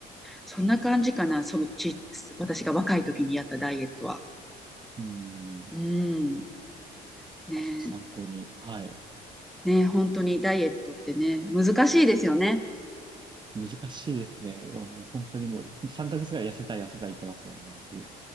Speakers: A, in the centre; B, on the right.
A: そんな感じかな、そのち、私が若い時にやったダイエットは。
B: ー、うん。
A: うん。ねえ、
B: あ、ちょっと参考に。はい。
A: ねえ、本当にダイエットってね、難しいですよね。
B: 難しいですね。もう本当にもう3ヶ月ぐらい痩せたい痩せたい言ってますもんね、僕。